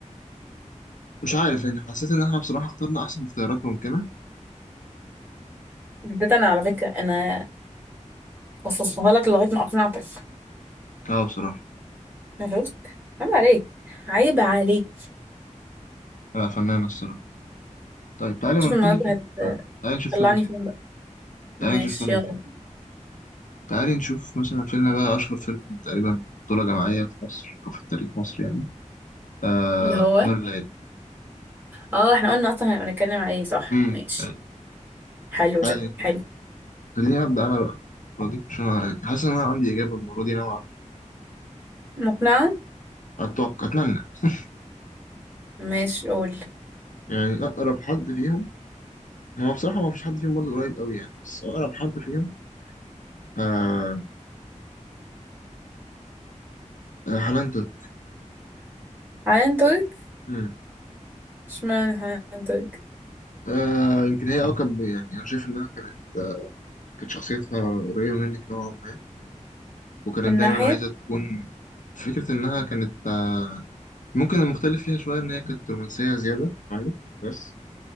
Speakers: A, on the left (about 80°); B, on the right (about 15°).
A: مش عارف يعني حسيت إن إحنا بصراحة اخترنا أحسن اختيارات ممكنة
B: بالذات انا على فكره انا خصصتها لك لغايه ما اقنعتك
A: أه بصراحة
B: أنا شفت عيب عليك عيب عليك
A: لا فنانة الصراحة طيب تعالي
B: شوف
A: ما نبتدي
B: النهارده
A: نشوف
B: هت-
A: آه، تعالي نشوف
B: هتطلعني
A: فيلم تاني
B: فين بقى
A: تعالي
B: ماشي
A: نشوف فيلم
B: يلا
A: تاني تعالي نشوف مثلا فيلم بقى أشهر فيلم تقريبا بطولة جماعية في مصر أو في التاريخ مصر يعني آه
B: اللي هو
A: سهر الليالي
B: اه احنا قلنا اصلا هنبقى نتكلم على ايه صح
A: أمم
B: ماشي
A: طيب
B: حلو
A: تعالي
B: ده حلو
A: نشوف خليني أبدأ أنا بقى المرة دي عشان أنا حاسس إن أنا عندي إجابة المرة دي نوعا
B: مقنعه
A: ما أتوقع أتمنى <laughs>
B: ماشي قول
A: يعني أقرب حد فيهم هو بصراحة ما فيش حد فيهم برضه قريب أوي يعني بس أقرب حد فيهم آه آه، حنان ترك
B: حنان ترك
A: مم.
B: اشمعنى حنان ترك
A: آه يمكن هي أقرب يعني أنا شايف إنها كانت آه، كانت شخصيتها قريبة منك نوعا ما وكانت
B: من
A: دايما
B: ناحيه
A: عايزة تكون فكرة إنها كانت آه، ممكن المختلف فيها شوية إن هي كانت رومانسية زيادة عنك بس